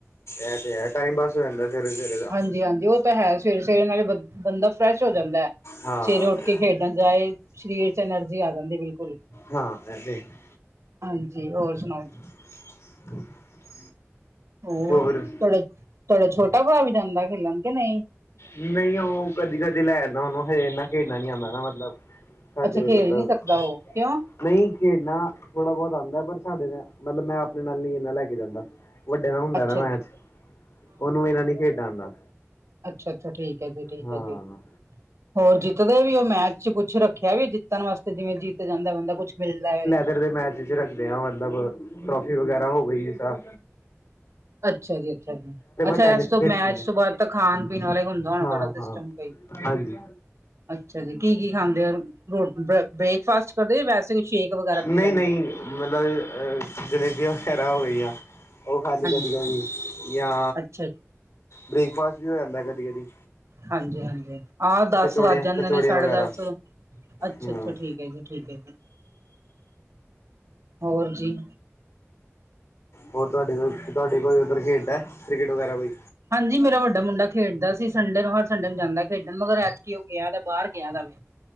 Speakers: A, on the left; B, on the right.
A: ਏਅ ਤੇ ਹੈ ਟਾਈਮ ਪਾਸ ਹੋਜਾਦਾ ਸਵੇਰੇ-ਸਵੇਰੇ ਦਾ।
B: <inaudible> ਔ ਤਾਂ ਹੈ ਸਵੇਰੇ-ਸਵੇਰੇ ਨਾਲੇ ਬੰਦਾ ਫਰੈਸ਼ ਹੋ ਜਾਂਦਾ ਐ।
A: ਹਾਂ
B: ਸਵੇਰੇ ਉੱਠ ਕੇ ਖੇਡਣ ਜਾਏ, ਸਰੀਰ ਏਨਰਜੀ ਆ ਜਾਂਦੀ ਬਿਲਕੁਲ
A: ਹਾਂ, ਏ ਤੇ ਹੈ।
B: ਹਾਂਜੀ, ਹੋਰ ਸੁਣਾਓ?
A: <inaudible>
B: ਹੋ
A: ਹੋਰ
B: ਤੁਹਾਡੇ ਤੁਹਾਡਾ ਛੋਟਾ ਭਰਾ ਵੀ ਜਾਂਦਾ ਏ ਖੇਲਣ ਕਿ ਨਹੀ।
A: ਨਹੀਂ ਉਹ ਕਦੀ- ਕਦੀ ਲੈ ਜਾਂਨਾਂ ਉਹਨੂੰ ਹਜੇ ਇਨਾ ਖੇਡਣਾ ਨੀ ਆਉਂਦਾ ਮਤਲਬ ਸਾਡੇ
B: ਅੱਛਾ ਖੇਲ
A: ਮਤਲਬ
B: ਨੀ ਸਕਦਾ ਉਹ। ਕਿਉਂ?
A: ਨਹੀਂ ਖੇਡਣਾ ਥੋੜ੍ਹਾ ਬਹੁਤ ਆਉਂਦਾ ਪਰ ਸਾਡੇ ਨਾਲ ਮਤਲਬ ਮੈਂ ਅਪਣੇ ਨਾਲ ਨਈ ਇਨਾ ਲੈ ਕੇ ਜਾਂਦਾ। ਵੱਡੇ ਨਾਲ ਹੁੰਦਾ
B: ਅੱਛਾ
A: ਨਾ ਮੈਚ,
B: ਅੱਛਾ
A: ਉਹਨੂੰ ਇਹਨਾ ਨੀ ਖੇਡਣਾ ਆਦਾ।
B: ਅੱਛਾ-ਅੱਛਾ, ਠੀਕ ਹੈ ਜੀ। ਠੀਕ
A: ਹਾਂ
B: ਹੈ ਜੀ। ਹੋਰ ਜਿੱਤਦੇ ਵੀ ਔ ਮੈਚ ਜੀ ਕੁੱਛ ਰੱਖਿਆ ਵੀ ਜਿੱਤਣ ਵਾਸਤੇ ਜਿਵੇਂ, ਜਿੱਤ ਜਾਂਦਾ ਬੰਦਾ ਕੁੱਛ ਮਿਲਦਾ ਏ।
A: ਇੱਧਰ ਦੇ ਮੈਚ ਚ ਰੱਖਦੇ ਆ, ਮਤਲਬ ਟ੍ਰੋਫੀ ਵਗੈਰਾ ਹੋ ਗਈ ਜਿਸਰਾਂ
B: ਅੱਛਾ ਜੀ, ਅੱਛਾ ਜੀ, ਅੱਛਾ,
A: ਟੈਨਿਸ
B: ਇਸ ਤੋਂ
A: ਖੇਡਦੀ
B: ਮੈਚ
A: ਹੈ
B: ਤੋਂ ਬਾਅਦ ਤਾਂ ਖਾਣ ਪੀਣ ਵਾਲਾ ਹੁੰਦਾ ਹੋਣਾ
A: ਹਾਂ
B: ਥੋੜਾ ਸਿਸਟਮ
A: ਹਾਂ
B: ਕਈ
A: ਹਾਂਜੀ।
B: ਅੱਛਾ ਜੀ। ਕੀ-ਕੀ ਖਾਂਦੇ ਔ? ਰੋਟੀ ਬ੍ਰੇਕਫਾਸਟ ਕਰਦੇ ਔ ਜਾਂ ਵੈਸੇ ਸ਼ੇਕ ਵਗੈਰਾ ਪੀ
A: ਨਹੀਂ
B: ਲੈਂਦੇ
A: ਨਹੀਂ
B: ਔ।
A: ਮਤਲਬ ਜਲੇਬੀਆਂ ਵਗੈਰਾ ਹੋ ਗਈਆਂ ਓ ਖਾ ਲਈ
B: ਹਾਂਜੀ
A: ਕਦੀ-ਕਦੀ ਜਾਂ
B: ਅੱਛਾ
A: ਬ੍ਰੇਕਫਾਸਟ ਵੀ ਹੋ ਜਾਂਦਾ ਏ ਕਦੀ-ਕਦੀ।
B: ਹਾਂਜੀ-ਹਾਂਜੀ। ਆਹ ਦਸ
A: ਕਚੋੜੀਆਂ
B: ਵੱਜ ਜਾਂਦੇ
A: ਕਚੋੜੀਆਂ
B: ਨੇ ਸਾਢੇ
A: ਵਗੈਰਾ
B: ਦਸ, ਅੱਛਾ-
A: ਹਮ
B: ਅੱਛਾ ਠੀਕ ਐ ਜੀ। ਠੀਕ ਹੈ। ਹੋਰ ਜੀ?
A: ਹੋਰ ਤੁਹਾਡੇ ਕੋਲ, ਤੁਹਾਡੇ ਕੋਈ ਉੱਧਰ ਖੇਡਦਾ ਹੈ ਕ੍ਰਿਕਟ ਵਗੈਰਾ ਕੋਈ?
B: ਹਾਂਜੀ ਮੇਰਾ ਵੱਡਾ ਮੁੰਡਾ ਖੇਡਦਾ ਸੀ। ਸੰਡੇ ਨੂੰ, ਹਰ ਸੰਡੇ ਜਾਂਦਾ ਖੇਡਣ ਮਗਰ ਐਤਕੀ ਓ ਗਿਆ ਦਾ, ਬਾਹਰ ਗਿਆ ਦਾ। <inaudible>